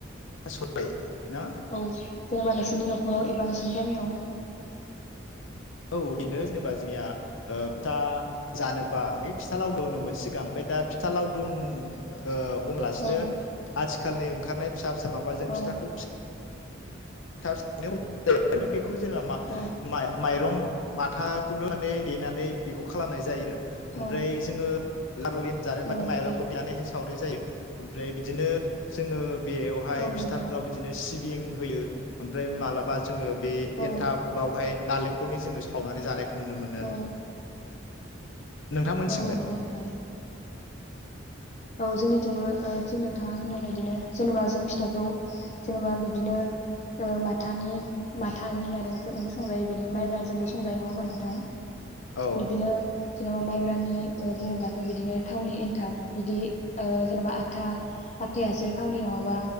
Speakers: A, on the left; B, on the left.
A: सबाय ना
B: औ। जेनेबा नोंसोरनि न'खराव एबा नोंसोरनि गामियाव <inaudible>
A: औ बिनो जेनेबा जोंनिया ओ था जानोबा ओइ फिथा लावदु होनोमोन सिगां ओमफाय दा फिथा लावदुम ओ हमालासिनो
B: औ
A: आथिखालनि ओंखारनाय फिसा फिसा माबाजों फिथाखौ
B: औ
A: <unintelligible> खौ जेनेबा मा
B: औ
A: माइ माइरं माथाखौनो माने देनानै बेखौ खा खालामनाय जायो ओमफ्राय
B: औ
A: जोङो लारु एन जोबाथ'
B: औ
A: माइरंखौ
B: नंगौ
A: देनानै सा सावनाय जायो ओमफ्राय बिदिनो जोङो बेवहाय
B: औ
A: फिथाफोराव
B: नंगौ
A: बिदिनो सि सिबिं होयो ओमफाय मालाबा जोङो बे
B: औ
A: एनथाब बावहाय नालेंख खलनि जोङो सावनानै जानायख नुनो मोनो आरो।
B: औ
A: नोंथांमोनथिंलाय
B: औ नंगौ नोंथां औ जोंनिथिंबो ओ थिग नोंथाङा होननाय बाय दिनो जेनेबा जों फिथाखौ जेन'बा बिदिनो ओ माथानि माथानि माइरंजोंबो संजायो बिदिनो माइब्राजोंबो संजायो नङा होमबा नोंथां?
A: औ
B: बिदिनो जेनेबा माइ ब्रानि ओ बुंङोब्लाथ' बिदिनो थावनि एनथाब बिदि ओ जेन'बा आथा आथायासो थावनि नङाबा